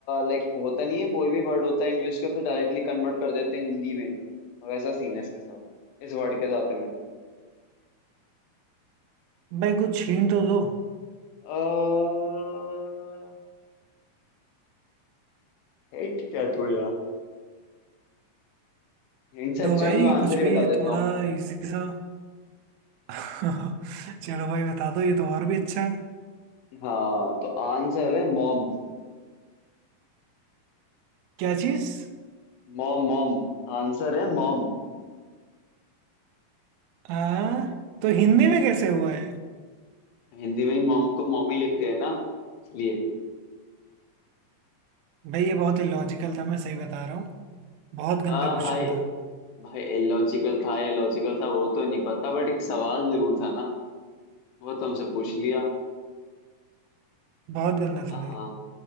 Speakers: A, on the left; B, on the right.
A: लाइक होता नहीं है कोई भी वर्ड होता है इंग्लिश का उसे डायरेक्टली कन्वर्ट कर देते हैं हिंदी में वैसा सीन है इसके साथ इस वर्ड के साथ में
B: भाई कुछ हिंट तो दो
A: अह हिट क्या तू यार इनसे अच्छा
B: दो भाई
A: मैं तो आंसर
B: कुछ भी
A: ही बता देता
B: थोड़ा
A: हूँ
B: इजी सा <laughs> चलो भाई बता दो ये तो और भी अच्छा है
A: हाँ तो आंसर है मॉम
B: क्या चीज
A: Mom mom आंसर है मॉम
B: आ तो हिंदी में कैसे हुआ है
A: हिंदी में ही मॉम को मॉमी लिखते हैं ना इसलिए
B: भाई ये बहुत ही लॉजिकल था मैं सही बता रहा हूँ बहुत गंदा
A: हाँ
B: क्वेश्चन
A: भाई
B: था
A: भाई लॉजिकल था या लॉजिकल था वो तो नहीं पता बट एक सवाल जरूर था ना वो तुमसे पूछ लिया
B: बहुत गंदा
A: हाँ
B: था भाई